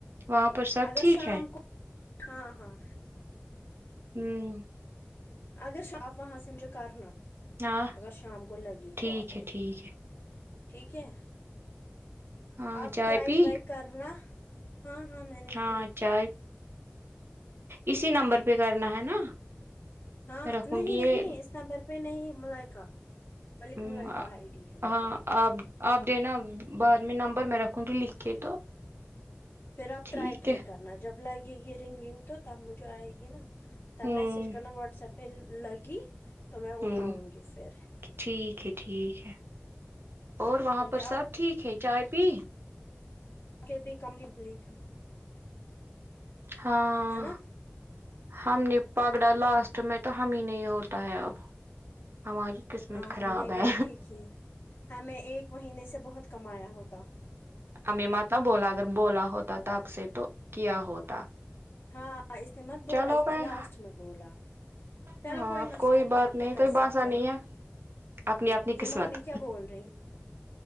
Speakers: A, on the right; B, on the left.
A: وہاں پر سب
B: اگر
A: ٹھیک
B: شام
A: ہے
B: کو ہاں ہاں
A: ہوں
B: اگر شام وہاں سے مجھے کرنا
A: ہاں
B: اگر شام کو لگی
A: ٹھیک
B: کول تو
A: ہے ٹھیک ہے
B: ٹھیک ہے
A: ہاں
B: اپ
A: چائے
B: ٹرائی
A: پی
B: ٹرائی کرنا ہاں ہاں میں نے
A: ہاں
B: بھی
A: اچھا اسی نمبر پہ کرنا ہے نا
B: ہاں
A: میں رکھوں
B: نہیں
A: گی یہ
B: نہیں نمبر پہ نہیں ملائکہ ملک
A: ہوں،
B: ملائکا
A: آ-
B: آئی ڈی ہے
A: ہاں
B: مجھے
A: آپ آپ دینا بعد میں نمبر میں رکھوں گی لکھ کے تو
B: پھر آپ
A: ٹھیک
B: ٹائی ٹرائی
A: ہے
B: کرنا جب لگے گی رنگنگ تو تب مجھے آئے گی نا تب
A: ہوں
B: میسج کرنا واٹس ایپ پہ لگی تو میں اٹھاؤں
A: ہوں
B: گی پھر
A: ٹھیک ہے ٹھیک ہے اور وہاں
B: کیونکہ
A: پر
B: آپ
A: سب ٹھیک ہے چائے پی
B: کے بھی کم کمپلیٹ
A: ہاں
B: ہے نا
A: ہم نے پگڑا لاسٹ میں تو ہم ہی نہیں ہوتا ہے اب ہماری قسمت
B: ہاں
A: خراب
B: ہم نے
A: ہے
B: غلطی کی ہمیں ایک مہینے سے بہت کمایا ہوتا
A: ایں ماتا بولا اگر بولا ہوتا تب سے تو کیا ہوتا
B: ہاں اس نے مت بولا
A: چلو
B: اس
A: بھائی
B: نے لاسٹ میں بولا چلو
A: ہاں
B: کوئی
A: اب
B: مسئلہ نہیں
A: بات
B: آپ کیا کر
A: کوئی باسا
B: سکتے
A: نہیں
B: ہیں
A: ہے اپنی اپنی
B: یہ
A: قسمت
B: مامی کیا بول رہی